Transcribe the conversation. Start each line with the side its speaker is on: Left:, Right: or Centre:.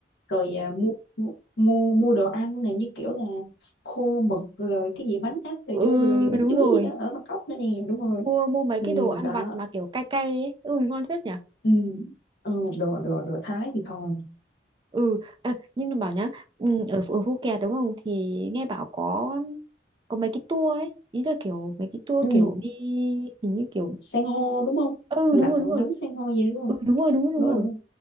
Left: rồi à, mua mua mua đồ ăn này như kiểu là khô mực rồi cái gì bánh áp cà
Right: Ừ
Left: du rồi, rồi bánh
Right: đúng
Left: chuối
Right: rồi.
Left: gì đó ở Bangkok nữa nè đúng rồi
Right: Mua mua mấy cái
Left: ừ,
Right: đồ ăn
Left: đó
Right: vặt mà kiểu cay cay ấy. Ừ ngon phết nhỉ.
Left: ừ. ừ, đồ đồ đồ Thái thì thôi
Right: ừ ê, nhưng nó bảo nhá ừ, ở, Phú- ở Phú Kẹt đúng không thì nghe bảo có có mấy cái tour ấy ý là kiểu mấy cái tour
Left: ừ.
Right: kiểu đi hình như kiểu
Left: san hô đúng không
Right: ừ
Left: lặn
Right: đúng rồi đúng rồi
Left: ngắm san hô gì đúng không
Right: ừ đúng rồi đúng rồi đúng
Left: đúng rồi
Right: rồi
Left: đúng rồi.